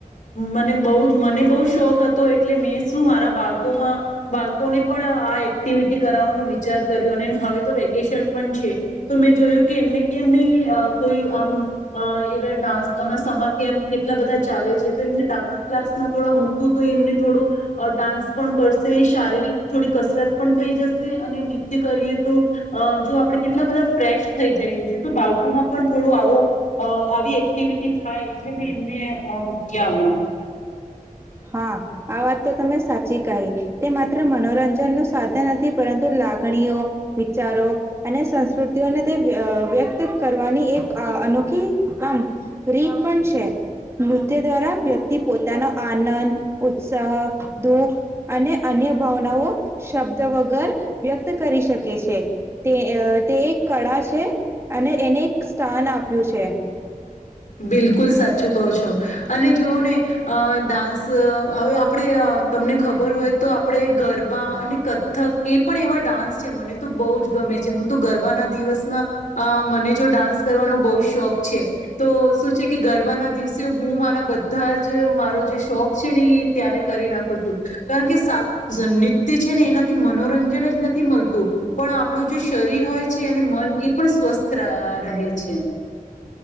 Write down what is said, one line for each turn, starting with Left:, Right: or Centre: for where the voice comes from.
Left: મને બહ જ મને બહુ શોખ હતો. એટલે મેં શું મારા બાળ બામાં બાળકોને પણ આ એક્ટિવિટી કરાવવાનો વિચાર કર્યો અને હવે તો વેકેશન પણ છે તો મેં જોયું કે એમને કે એમની કોઈ આમ એ ડાન્સમ સમ કેમ કેટલા બધા ચાલે છે તો એમને ડાન્સ ક્લાસ થો મકવું તો એમને થોડું ડાન્સ પણ કરશે શારીરિક થોડી કસરત પણ થઈ જશે અને નિત્ય કરીએ તો અ જો આપડણે કેટલા બધા ફ્રેશ થઈ જઈએ છીએ. તો બાળકો માંપણ થોડું આવુ ઓ અ આવી એક્ટિવિટી થાય એમને <unintelligible>
Right: હા આ વાત તો તમે સાચી કહી. તે માત્ર મનોરંજન નું સાધન નથી, પરંતુ લાગણીઓ વિચારો અને સંસ્કૃતિઓને તે વ્ય વ્યક્ત કરવાની એક અનોખી આમ રીત પણ છે. નૃત્ય દ્વારા વ્યક્તિ પોતાના આં આનંદ, ઉત્સાહ, દુઃખ અને અન્ય ભાવનાઓ શબ્દ વગર વ્યક્ત કરી શકે છે. તે એ તે એક કળા છે. <unintelligible> અને એને એક સ્થાન આપ્યું છે.
Left: બિલકુલ સાચું કહો છો. અને જોઓ ને અહ ડાન્સ અહ હવે અ આપણે તમને ખબર હોય તો આપણે ગરબા અને કથક એ પણ એવા ડાન્સ છે. મને તો બહુ જ ગમે છે. હું તો ગરબાના દિવસમાં અહ મને જો ડાન્સ કરવાનો બહુ જ શોખ છે. તો શું છે કે, ગરબાના દિવસે હું મારા બધા જ મારો જે શોખ છે ને એ ત્યારે કરી નાખું છું. કારણ કે સાત જન નૃત્ય છે ને એનાથી મનોરંજન જ નથી મળતું, પણ આપણું જે શરીર હોય છે અને મન એ પણ સ્વસ્થ રહ રહે છે.